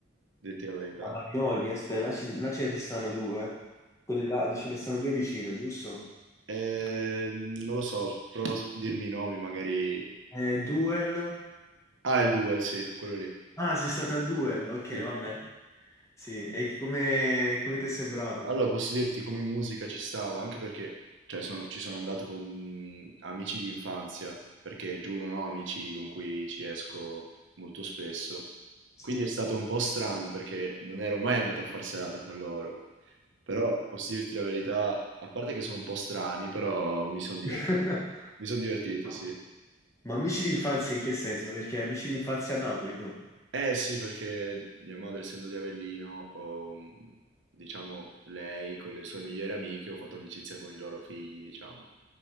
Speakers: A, on the right; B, on the left.
A: detti la verità.
B: A Bagnoli, aspetta, là, ci- là ce ne stanno due. Quelli là ce ne stanno due vicino, giusto?
A: Eh, non lo so, prova a s- dirmi i nomi, magari.
B: Eh, Duel.
A: Ah, il Duel, sì, quello lì.
B: Ah, sei stata al Duel, ok,
A: Sì.
B: vabbè. Sì, e come, come ti è sembrato?
A: Allora, posso dirti come musica ci stava, anche perché cioè, sono- ci sono andato con amici di infanzia, perché giù non ho amici con cui ci esco molto spesso.
B: Sì.
A: Quindi è stato un po' strano perché non ero mai andato a far serata con loro. Però posso dirti la verità, a parte che sono un po' strani, però mi sono divertito.
B: <laughs>
A: Mi sono divertito,
B: Ma
A: sì.
B: ma amici d'infanzia in che senso? Perché amici d'infanzia a Napoli, tu?
A: Eh sì, perché mia madre, essendo di Avellino, ho, un- diciamo, lei con le sue migliori amiche, ho fatto amicizia con i loro figli, diciamo.